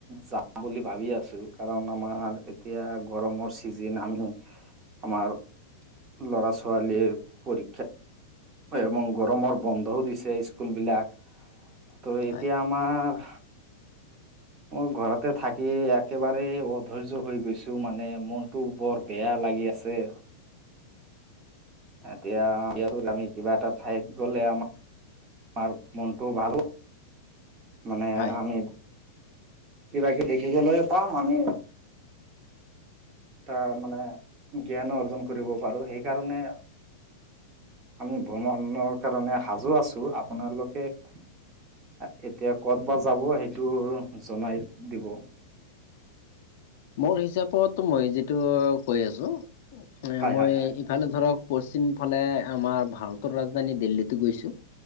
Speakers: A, on the right; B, on the left.
A: যাম বুলি ভাবি আছোঁ! কাৰণ, আমাৰ, এতিয়া গৰমত চিজিন, আমি আমাৰ ল'ৰা -ছোৱালীৰ পৰীক্ষা এ, মোৰ গৰমৰ বন্ধও দিছে, স্কুল বিলাক। ত' এতিয়া,
B: হয়
A: আমাৰ মই ঘৰতে থাকি, একেবাৰে অধৈৰ্য হৈ গৈছোঁ! মানে, মনটো বৰ বেয়া লাগি আছে! এতিয়া, এতিয়াতো আমি, কিবা এটা ঠাইত গ'লে, আমাৰ আমাৰ মনটো ভাল! মানে,
B: হয়
A: আমি কিবা-কিবি দেখিবলৈয়ো পাম আমি। এটা মানে, জ্ঞানো অৰ্জন কৰিব পাৰোঁ। সেইকাৰণে, আমি ভ্ৰমণৰ কাৰণে সাজু আছোঁ আপোনালোকে এতিয়া ক'ত বা যাব সেইটো জনাই দিব।
B: মোৰ হিচাপত মই যিটো কৈ আছোঁ এ
A: হয়
B: মই
A: হয়
B: <unintelligible>
A: হয়
B: ফালে ধৰক পশ্চিম ফালে আমাৰ ভাৰতৰ ৰাজধানী দিল্লীতো গৈছোঁ।